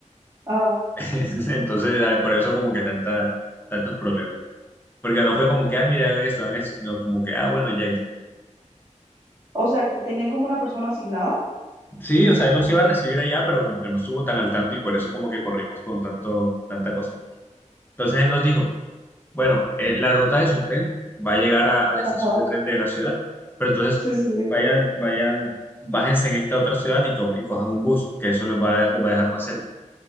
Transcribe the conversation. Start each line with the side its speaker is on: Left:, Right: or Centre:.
Right: Ajá.
Left: <laughs> Entonces, ah, por eso como que tanta, tantos problemas. Porque no fue como que, ah, mira, hagan esto, hagan esto, sino como que, ah, bueno, lleguen.
Right: O sea, que tenían como una persona asignada.
Left: Sí, o sea, él nos iba a recibir allá, pero como que no estuvo tan al tanto y por eso como que corrimos con tanto, tanta cosa. Entonces él nos dijo, bueno, eh, la ruta de su tren va a llegar a, a la estación
Right: Ajá,
Left: de tren de la ciudad, pero entonces
Right: sí, sí, sí.
Left: vayan, vayan, bájense en esta otra ciudad y, tomen- y cojan un bus, que eso los va, a- los va a dejar más cerca.